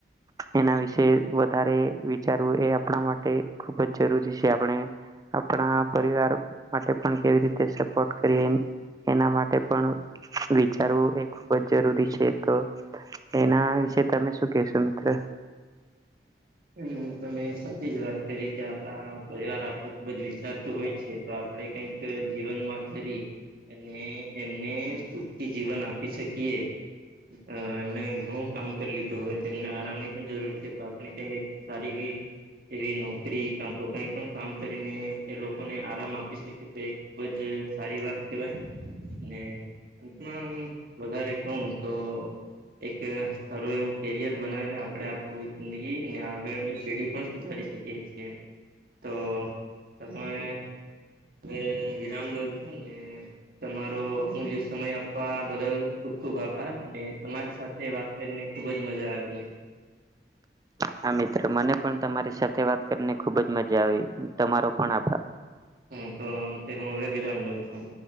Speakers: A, on the right (about 20°); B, on the right (about 55°).
A: એના વિશે વધારે વિ ચારવું એ આપણા માટે ખુબ જ જરૂરી છે આપણે આપણા પરિવાર માટે પણ કેવી રીતે સપોર્ટ કરીએ. એના માટે પણ વિચારવું એ ખૂબ જ જરૂરી છે તો એના વિશે તમે શું કેહેશો મિત્ર
B: હમ્મ તમે સાચી જ વાત તરીકે આપડા પરિવાર આપણું ખુબ જ વિચારતું હોય છે તો આપડે કઈક જીવનમાં કરી અને એમને સુખી જીવન આપી શકીએ અ એમને ઘણું કામ કરી લીધું હવે એમને આરામની પણ જરૂર છે તો આપણે કંઈક સારી ગી એવી નોકરી કાતો કઈ પણ કામ કરીને એ લોકોને આરામ આપી શ કે તે ખુબજ સારી વાત કેવાય ને અંતમા આમ વધારે કહું તો એક સારું એવું કેરિયર બનાવીને આપડે આપણું જિંદગી, અને આગળની પેઢી પણ સુધારી શકીએ છીએ. તો તમે હવે હું વિરામ લઉં છું ને, તમારો અમૂલ્ય સમય આપવા બદલ ખુબ-ખુબ આભાર ને તમારી સાથે વાત કરીને ખુબ જ મજા આવી.
A: હા મિત્ર મને પણ તમારી સાથે વાત કરીને ખુબ જ મજા આવી તમારો પણ આભાર.
B: હા તો તે હું હવે વિરામ લઉ છું.